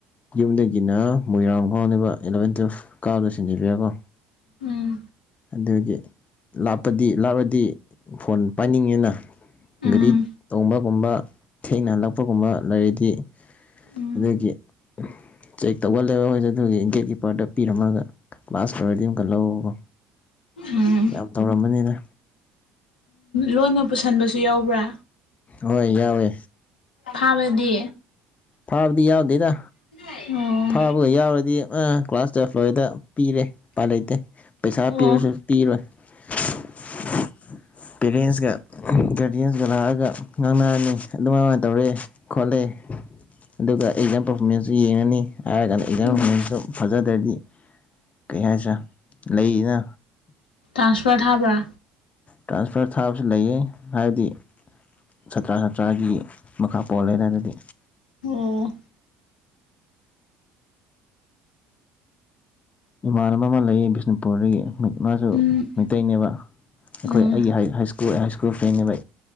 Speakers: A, on the left; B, on the left.
A: ꯌꯨꯝꯗꯒꯤꯅ ꯃꯣꯏꯔꯥꯡ ꯐꯥꯎꯅꯦꯕ ꯑꯦꯂꯚꯦꯟ ꯇꯨꯋꯦꯞ ꯀꯥꯕꯗ ꯁꯤꯟꯖꯂꯤꯌꯦꯀꯣ
B: ꯎꯝ
A: ꯑꯗꯨꯒꯤ ꯂꯥꯞꯄꯗꯤ ꯂꯥꯞꯂꯗꯤ ꯐꯣꯟ ꯄꯥꯏꯅꯤꯡꯉꯦꯅ
B: ꯎꯝ
A: ꯒꯥꯔꯤ ꯇꯣꯡꯕꯒꯨꯝꯕ ꯊꯦꯡꯅ ꯍꯜꯂꯛꯄꯒꯨꯝꯕ ꯂꯩꯔꯗꯤ
B: ꯎꯝ
A: ꯑꯗꯨꯒꯤ ꯆꯦꯛ ꯇꯧꯒꯜꯂꯦꯕ ꯃꯣꯏꯁꯦ ꯑꯗꯨꯒꯤ ꯒꯦꯠꯀꯤꯄꯔꯗ ꯄꯤꯔꯝꯃꯒ ꯀ꯭ꯂꯥꯁ ꯂꯣꯏꯔꯗꯤ ꯑꯃꯨꯛꯀ ꯂꯧꯔꯒꯀꯣ
B: ꯎꯝ
A: ꯌꯥꯝ ꯇꯧꯔꯝꯕꯅꯤꯅꯦ
B: ꯂꯣꯟꯅ ꯄꯨꯁꯟꯕꯁꯨ ꯌꯥꯎꯕ꯭ꯔ
A: ꯍꯣꯏ ꯌꯥꯎꯋꯦ
B: ꯐꯥꯕꯗꯤ
A: ꯐꯥꯕꯗꯤ ꯌꯥꯎꯗꯦꯗ
B: ꯑꯣ
A: ꯐꯥꯕꯒ ꯌꯥꯎꯔꯗꯤ ꯑꯥ ꯀ꯭ꯂꯥꯁ ꯇꯨꯋꯦꯐ ꯂꯣꯏꯗ ꯄꯤꯔꯦ ꯎꯄꯥꯏ ꯂꯩꯇꯦ ꯄꯩꯁꯥ
B: ꯑꯣ
A: ꯄꯤꯔꯁꯨ ꯄꯤꯔꯣꯏ <inaudible> ꯄꯦꯔꯦꯟꯁꯀ ꯒꯥꯔꯗꯤꯌꯦꯟꯁꯀ ꯂꯥꯛꯑꯒ ꯉꯥꯡꯅꯔꯅꯤ ꯑꯗꯨꯃꯃꯥꯏꯅ ꯇꯧꯔꯦ ꯈꯣꯠꯂꯦ ꯑꯗꯨꯒ ꯑꯦꯛꯖꯥꯝ ꯄꯔꯐꯣꯔꯃꯦꯟꯁꯁꯨ ꯌꯦꯡꯉꯅꯤ ꯍꯥꯏꯔꯒꯅ ꯑꯦꯛꯖꯥꯝ
B: ꯎꯝ
A: ꯄꯔꯐꯣꯔꯃꯦꯟꯁꯇꯨ ꯐꯖꯗ꯭ꯔꯗꯤ ꯀꯩ ꯍꯥꯏꯁꯦꯔꯥꯥ ꯂꯩꯅ
B: ꯂꯥꯎꯗ ꯁ꯭ꯄꯤꯀꯔ ꯊꯥꯕ꯭ꯔ
A: ꯇ꯭ꯔꯥꯟꯁꯐꯔ ꯊꯥꯕꯁꯨ ꯂꯩꯌꯦ ꯍꯥꯏꯕꯗꯤ ꯁꯥꯇ꯭ꯔ ꯁꯥꯇ꯭ꯔꯒꯤ ꯃꯈꯥ ꯄꯣꯜꯂꯦꯅ ꯗꯨꯗꯤ
B: ꯑꯣ
A: ꯏꯃꯥꯟꯅꯕ ꯑꯃ ꯂꯩꯌꯦ ꯕꯤꯁꯅꯨꯄꯨꯔꯗꯒꯤ ꯃꯥꯁꯨ
B: ꯎꯝ
A: ꯃꯩꯇꯩꯅꯦꯕ ꯑꯩꯈꯣꯏ
B: ꯎꯝ
A: ꯑꯩꯒꯤ ꯍꯥꯏ ꯁ꯭ꯀꯨ ꯕꯣꯏ ꯍꯥꯏꯁ꯭ꯀꯨꯜ ꯐꯦꯟꯅꯦꯕ